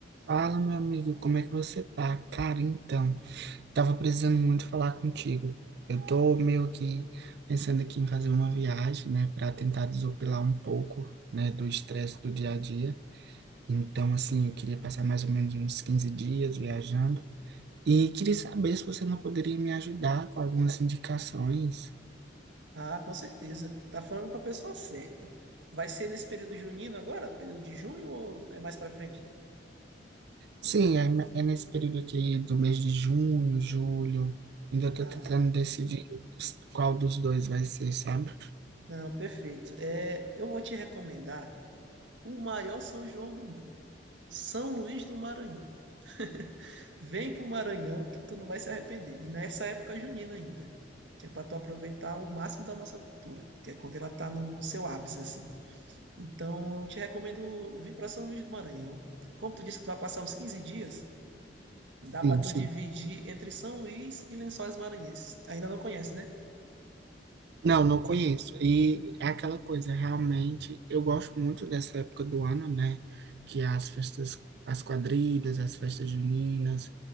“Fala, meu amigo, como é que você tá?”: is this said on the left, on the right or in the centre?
Right